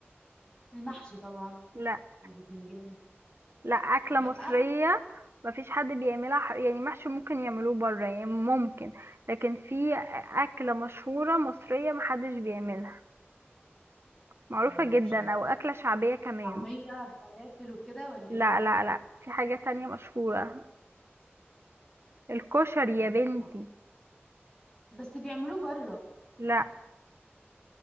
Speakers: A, on the left; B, on the right.
A: المحشي طبعا
B: لا
A: والبتنجان
B: لا اكلة
A: لأ
B: مصرية مفيش حد بيعملها ح- يعني محشي ممكن يعملوه بره يعني ممكن لكن في اكلة مشهورة مصرية محدش بيعملها معروفة
A: معرفش
B: جدا او اكلة شعبية كمان
A: طعمية فلافل وكده ولا
B: لا
A: ايه
B: لا لا في حاجة تانية مشهورة الكشري
A: لا
B: يا بنتي
A: ما بس بيعملوه بره
B: لا